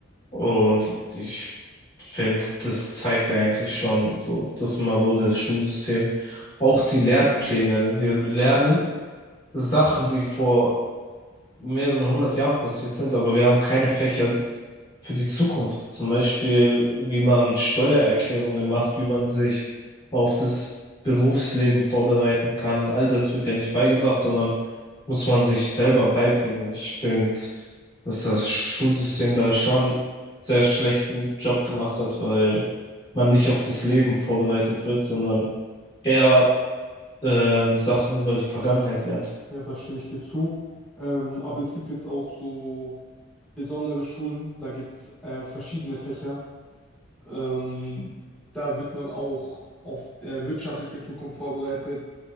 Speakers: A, on the left; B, in the centre.
A: Und ich finde, das zeigt ja eigentlich schon so das marode Schulsystem. Auch die Lehrpläne. Wir lernen Sachen, die vor mehreren hundert Jahren passiert sind, aber wir haben keine Fächer für die Zukunft. Zum Beispiel, wie man Steuererklärungen macht, wie man sich auf das Berufsleben vorbereiten kann. All das wird ja nicht beigebracht, sondern muss man sich selber beibringen. Ich finde, dass das Schulsystem da schon sehr schlechten Job gemacht hat, weil man nicht auf das Leben vorbereitet wird, sondern eher ähm, Sachen über die Vergangenheit lernt.
B: ja, da stimme ich dir zu. Ähm, aber es gibt jetzt auch so besondere Schulen, da gibt es äh, verschiedene Fächer. Ähm, da wird man auch auf äh, wirtschaftliche Zukunft vorbereitet